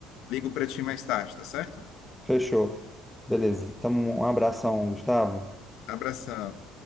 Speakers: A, on the left; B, in the centre.
A: ligo para ti mais tarde, tá certo?
B: Fechou. Beleza. Então, um abração, Gustavo.
A: Abração.